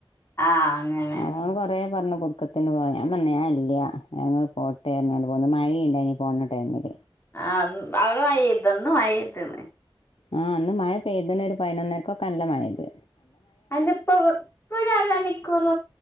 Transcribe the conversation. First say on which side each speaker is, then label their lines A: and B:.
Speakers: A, on the left; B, on the left.
A: ആഹ് അങ്ങനെ
B: ഞങ്ങള് കൊറെ പറഞ്ഞു പുതുക്കത്തിന് പോയാഞാൻ പറഞ്ഞു ഞാൻ ഇല്ല പോട്ടേന്ന് അറിഞ്ഞു പോന്ന് മഴയുണ്ടായിനി പോണ ടൈമിൽ
A: ആ അവടെ മഴതേ ഇന്ന് മഴ പെയ്തീന്
B: ആ അന്ന് മഴ പെയ്തണ് ഒരു പതിനൊന്നരക്കൊക്കെ നല്ല മഴത്
A: അല്ല ഇപ്പൊ ഇപ്പൊ അര മണിക്കൂർ